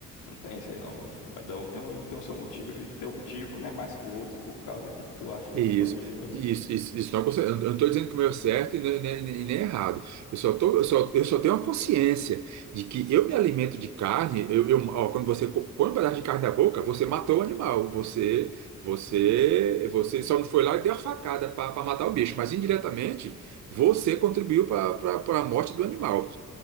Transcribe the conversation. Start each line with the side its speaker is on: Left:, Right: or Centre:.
Left: não tem isso aí, não. Tipo, cada um tem o, tem o seu motivo e teu motivo não é mais que o outro por causa que tu acha que
Right: Isso,
Left: tua ideologia é melhor.
Right: isso, isso, isso não, é consci- eu não estou dizendo que o meu é certo e nem, nem- nem- nem é errado. Eu só, tô, eu, só, eu só tenho a consciência de que eu me alimento de carne. Eu, eu- ó, quando você co- põe um pedaço de carne na boca, você matou o animal. Você, você, você só não foi lá e deu a facada para matar o bicho, mas indiretamente você contribuiu para a morte do animal.